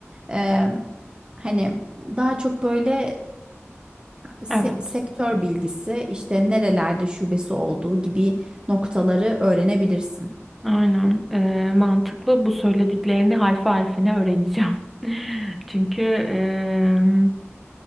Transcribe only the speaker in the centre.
evet.
Aynen. Ee, mantıklı. Bu söylediklerini harfi harfine öğreneceğim. <laughs> Çünkü em,